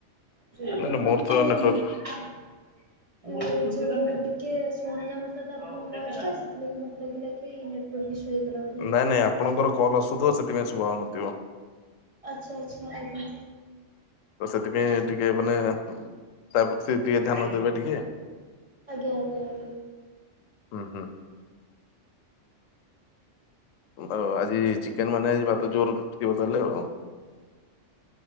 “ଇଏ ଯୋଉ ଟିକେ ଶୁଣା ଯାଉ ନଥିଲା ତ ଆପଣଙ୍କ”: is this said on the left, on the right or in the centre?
Right